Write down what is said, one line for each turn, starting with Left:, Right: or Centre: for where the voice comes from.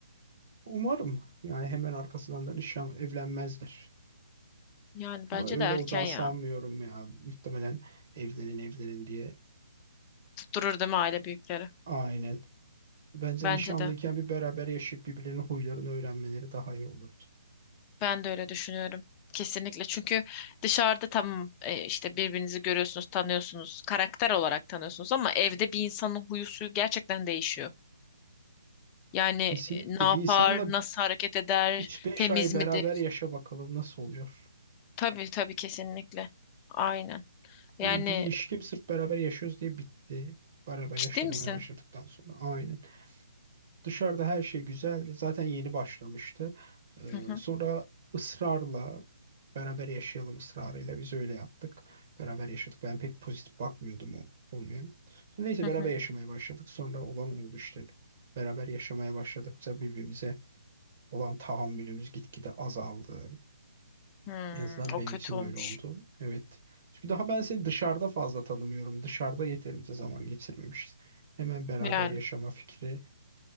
Right: Umarım yani hemen arkasından da nişan evlenmezler.
Left: Yani bence
Right: Ama öyle
Left: de erken
Right: olacağı
Left: ya.
Right: sanmıyorum ya. Muhtemelen evlenin evlenin diye.
Left: Tutturur değil mi aile büyükleri?
Right: Aynen. Bence
Left: Bence
Right: nişanlıyken
Left: de.
Right: bir beraber yaşayıp birbirlerinin huylarını öğrenmeleri daha iyi olurdu.
Left: Ben de öyle düşünüyorum. Kesinlikle. Çünkü dışarıda tamam e, işte birbirinizi görüyorsunuz, tanıyorsunuz, karakter olarak tanıyorsunuz ama evde bir insanın huyu suyu gerçekten değişiyor. Yani
Right: Kesinlikle
Left: e, ne yapar,
Right: bir insanla
Left: nasıl hareket eder,
Right: üç beş
Left: temiz
Right: ay beraber
Left: midir?
Right: yaşa bakalım nasıl oluyor.
Left: Tabii tabii kesinlikle. Aynen. Yani
Right: Benim bir ilişkim sırf beraber yaşıyoruz diye bitti. Beraber
Left: ciddi
Right: yaşamaya
Left: misin?
Right: başladıktan sonra. Aynen. Dışarıda her şey güzeldi. Zaten yeni başlamıştı. Ee,
Left: Hı hı,
Right: sonra ısrarla beraber yaşayalım ısrarıyla biz öyle yaptık. Beraber yaşadık. Ben pek pozitif bakmıyordum o konuya. Sonra neyse
Left: hı
Right: beraber
Left: hı.
Right: yaşamaya başladık. Sonra olan oldu işte. Beraber yaşamaya başladıkça birbirimize olan tahammülümüz gitgide azaldı.
Left: Hmm,
Right: En azından
Left: o
Right: benim
Left: kötü
Right: için
Left: olmuş.
Right: öyle oldu. Evet. Çünkü daha ben seni dışarıda fazla tanımıyorum. Dışarıda yeterince zaman geçirmemişiz. Hemen beraber
Left: Yani
Right: yaşama fikri